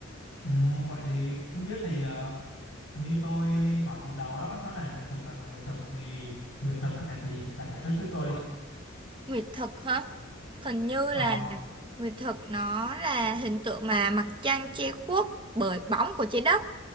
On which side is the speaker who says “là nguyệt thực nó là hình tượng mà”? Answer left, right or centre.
Right